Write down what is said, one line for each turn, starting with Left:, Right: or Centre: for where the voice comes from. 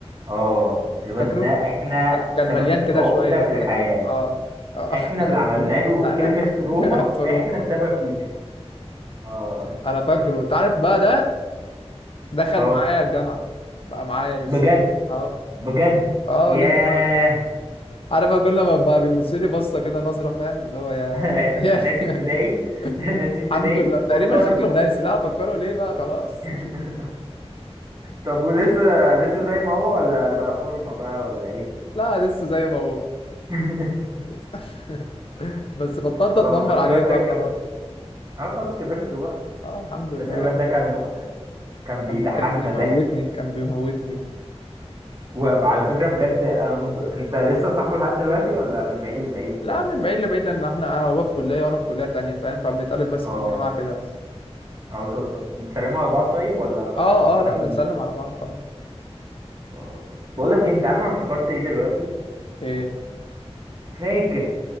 Right: اه الواد
Left: فاكره
Right: ده احنا
Left: كان كان
Right: سبب
Left: مليان كده
Right: عقده
Left: شويه
Right: في الحياه
Left: فاكره اه اه
Right: احنا اللي
Left: <laughs>
Right: عملنا له
Left: لا
Right: كلمه تروما
Left: لا <laughs> تروما
Right: احنا السبب فيها اه
Left: انا فاكره انت عارف بقى ده دخل
Right: اه
Left: معايا الجامعه بقى معايا
Right: بجد
Left: لسه اه
Right: بجد
Left: اه
Right: ياه
Left: لسه بقى عارف بقى كل ما بقى بيبص لي بصه كده نظره فاهم اللي هو يا
Right: <laughs>
Left: يا-
Right: ناسي ابتدائي
Left: <laughs>
Right: <laughs> ناسي ابتدائي
Left: الحمد لله تقريبا
Right: فكروا
Left: شكله ناسي لا افكره ليه بقى خلاص
Right: <laughs>
Left: <laughs>
Right: طب ولسه لسه زي ما هو ولا بقى فورمة بقى ولا ايه
Left: لا لسه زي ما هو
Right: <laughs>
Left: <laughs> لسه. بس بطلت
Right: اه
Left: اتنمر
Right: بس
Left: عليه
Right: الواد
Left: بقى
Right: ده كان
Left: خلاص
Right: اه خلاص كبرت بقى
Left: اه الحمد لله
Right: بس الواد
Left: يعني.
Right: ده كان نكتة كان بيضحكنا
Left: كان كان بيموتني
Right: ضحك
Left: كان بيموتني
Right: وعلى فكرة بجد انا مت... انت لسه صاحبه لحد دلوقتي ولا من بعيد لبعيد
Left: لا
Right: كده
Left: من بعيد لبعيد لان احنا آه، هو في كليه وانا في كليه تانية فاهم فبنتقابل بس
Right: اه
Left: في الجامعه كده بس
Right: اه صدفة بتسلموا على بعض طيب ولا
Left: اه
Right: <laughs> مفيش
Left: اه لا بنسلم على بعض طبعا
Right: اه بقول لك إيه، انت عارف انا افتكرت ايه دلوقتي
Left: ايه
Right: فاكر